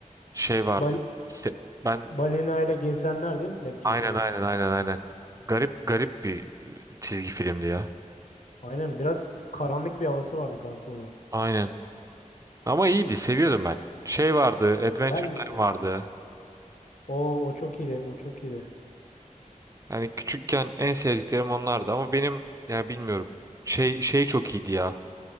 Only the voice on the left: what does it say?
Bal
balina ile gezenler değil mi Flapjack
dedi?
Aynen biraz karanlık bir havası vardı kanka onun.
Ya ben de
seviyorum.
O o çok iyiydi. O çok iyiydi.